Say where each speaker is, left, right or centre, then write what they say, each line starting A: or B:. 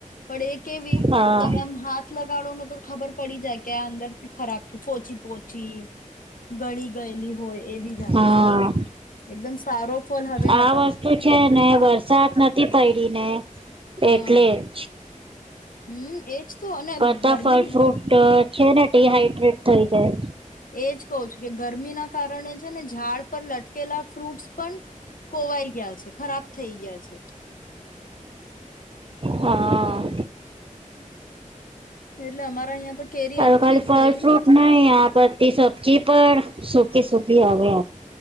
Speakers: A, on the left; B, on the right.
A: પણ એ કેવી
B: હા
A: તમે આમ હાથ લગાડો ને તો ખબર પડી જાય કે આ અંદરથી ખરાબ છે. પોચી પો ચી ગણી ગયેલી હોય એ બી જાલે
B: હા
A: આવે છે. એકદમ સારો ફલ હવે નથ
B: આ વસ્તુ
A: આવતો
B: છે ને વરસાદ નથી પય તીને
A: હા
B: એટલે જ
A: હમ એજ તું અને
B: કરતા
A: ગરમી
B: ફળ ફ્રૂટ છે ને ટિહાઈડ્રેટ થઈ જાય
A: એજ કવ છું કે ગરમી ના કારણે છે ને ઝાડ પર લ કેલા ફ્રૂટ્સ પન કોવાઈ ગયા છે. ખરાબ થઈ ગયા છે.
B: હા
A: એટલે અમારા અહિયાં તો કેરી
B: અ
A: આખી
B: ખાલી
A: જ
B: ફલ
A: ગઈ
B: ફ્રૂટ નહી આ પતી સબચી પણ સુખી સુખી આવે